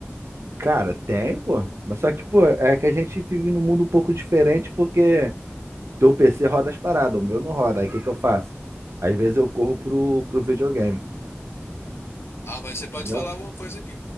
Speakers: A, on the right; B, on the left.
A: Cara, tem, pô. Mas só que, pô, é que a gente vive num mundo um pouco diferente, porque teu PC roda as paradas, o meu não roda. Aí o que que eu faço? Às vezes eu corro pro, pro videogame,
B: Ah, mas você pode
A: entendeu?
B: falar alguma coisa que,